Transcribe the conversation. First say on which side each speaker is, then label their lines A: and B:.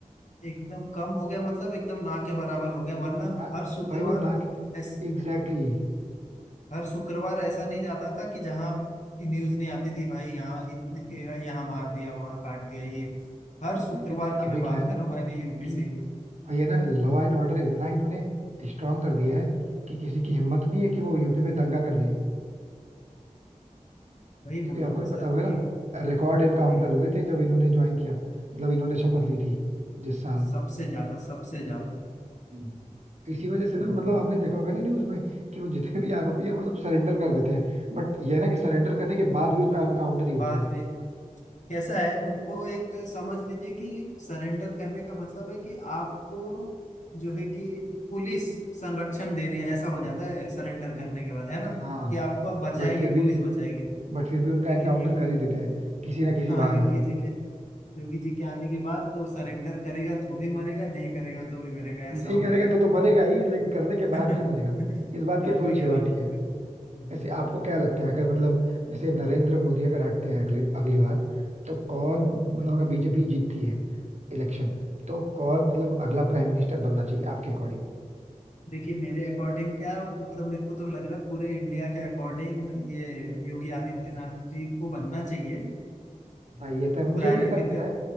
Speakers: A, on the left; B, on the right.
A: एकदम कम हो गया मतलब एकदम ना के बराबर हो गया वरना
B: वो ना,
A: हर शुक्रवार
B: भाई वो ना
A: तो ऐस,
B: Exactly exactly.
A: हर शुक्रवार ऐसा नहीं जाता था कि जहाँ न्यूज नहीं आती थी भाई यहाँ इतने यहाँ मार दिया वहाँ काट दिया ये हर
B: लेकिन
A: शुक्रवार की
B: अभी
A: मैं बात
B: क्या है ना
A: कर रहा हूँ मैं भी यूपी
B: कि
A: से ही हूँ
B: और ये ना लॉ एंड ऑर्डर इतना इन्होंने स्ट्रांग कर दिया है कि किसी की हिम्मत नहीं है कि वो यूपी में दंगा कर दे
A: वही
B: क्योंकि
A: बोल
B: आपको
A: रहा हूँ ना
B: ही
A: सर
B: पता होगा ना
A: कि
B: रिकॉर्ड एनकाउंटर
A: हम्म,
B: हुए थे जब इन्होंने ज्वाइन किया था मतलब इन्होंने शपथ ली थी जिस साल
A: सबसे ज्यादा सबसे ज्यादा
B: हम्म। इसी वजह से
A: हाँ
B: ना मतलब आपने देखा होगा ना न्यूज में कि वो जितने भी आरोपी है वो सब सरेंडर कर देते हैं बट ये है ना कि सरेंडर करने के बाद भी उनका एनकाउंटर ही होता
A: बाद
B: है
A: में कैसा है उनको एक समझ लीजिए कि सरेंडर करने का मतलब है कि आपको जो है कि पुलिस संरक्षण दे रही है ऐसा हो जाता है सरेंडर करने के बाद है ना
B: हाँ
A: कि आपको अब बचाएगी
B: बट फिर भी
A: पुलिस बचाएगी
B: बट फिर भी उनका
A: लेकिन
B: एनकाउंटर
A: यो,
B: कर ही देते हैं किसी ना किसी
A: हाँ
B: बहाने
A: योगी
B: से
A: जी के योगी जी के आने के बाद तो सरेंडर करेगा तो भी मरेगा नहीं करेगा तो भी मरेगा
B: नहीं
A: ऐसा हो
B: करेगा
A: गया है
B: तो तो मरेगा ही लेकिन करने के बाद भी मरेगा
A: <laughs>
B: इस बात
A: करने
B: की फुल श्योरिटी
A: के बाद मरेगा
B: है ऐसे आपको क्या लगता है अगर मतलब जैसे नरेंद्र मोदी अगर हटते हैं अगले अगली बार तो कौन
A: <laughs>
B: मतलब अगर बीजेपी जीतती है इलेक्शन तो कौन मतलब अगला प्राइम मिनिस्टर बनना चाहिए आपके अकॉर्डिंग
A: देखिए मेरे अकॉर्डिंग क्या मतलब मेरे को तो लग रहा है पूरे इंडिया के अकॉर्डिंग ये योगी आदित्यनाथ जी को बनना चाहिए
B: हाँ ये तो है, मुझे
A: प्रायोरिटी
B: भी ऐसा लगता
A: पे
B: है